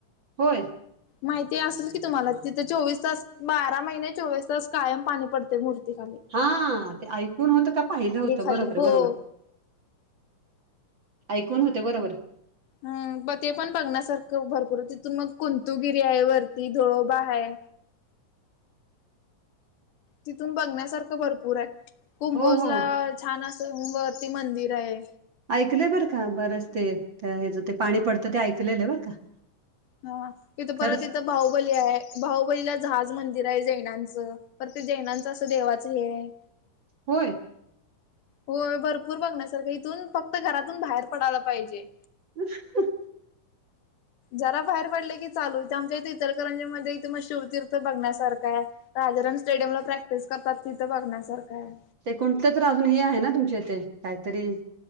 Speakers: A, on the right; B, on the left.
A: होय.....
B: माहिती असेल की तुम्हाला? तिथे चोवीस तास- बारा महिने चोवीस तास कायम पाणी पडते मूर्तीखाली.
A: हा ते ऐकून होतं का पाहिलं होतं
B: खाली
A: बरोबर
B: हो
A: बरोबर- ऐकून होते बरोबर-
B: हम म ते पण बघण्यासारखं भरपूर. तिथून मग कुंंतुगिरी आहे वरती धुळोबा आहे. तिथून बघण्यासारखं भरपूर आहे, कुंभोज
A: हो हो
B: ला छान असं वरती मंदिर आहे.
A: ऐकलंय बरं का बरंच ते हे ज ते पाणी पडतं ते ऐकलेलं बरं का-
B: हा इथं परत
A: खरंच
B: इथं बाहुबली आहे. बाहुबलीला जहाज मंदिर आहे जैनांचं. परते जैनांचं असं देवाचं हे आहे-
A: होय....
B: हो भरपूर बघण्यासारखं इथून फक्त घरातून बाहेर पडायला पाहिजे.
A: अं ह-
B: जरा बाहेर पडले की चालूच, आमच्या इथे इचलकरंजी मध्ये इथे म शिवतीर्थ बघण्यासारखं आहे. राजाराम स्टेडियम ला प्रॅक्टिस करतात, तिथं बघण्यासारखं आहे.
A: ते कोणतच अजून ह आहे ना तुमच्या इथे काहीतरी-